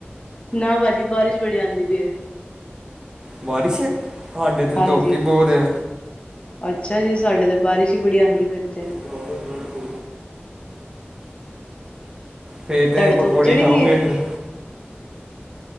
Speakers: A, on the left; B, on the right.
A: ਨਾ ਭਾਜੀ, ਬਾਰਿਸ਼ ਬੜੀ ਆਉਂਦੀ ਪਈ ਹੈ
B: ਬਾਰਿਸ਼ ਐ, ਸਾਡੇ ਇੱਥੇ
A: ਹਾਂਜੀ।
B: ਧੁੱਪ ਹੀ ਬਹੁਤ ਐ।
A: ਅੱਛਾ ਜੀ, ਸਾਡੇ ਤਾਂ ਬਾਰਿਸ਼ ਹੀ ਬੜੀ ਆਉਂਦੀ ਪਈ ਏਥੇ।
B: <inaudible> ਫੇਰ ਤੇ
A: ਤੁਹਾਡੇ
B: ਅਜ, ਪਕੌੜੇ
A: ਧੁੱਪ ਚੜੀ
B: ਖਾਉਂਗੇ
A: ਦੀ ਏ?
B: ਫਿਰ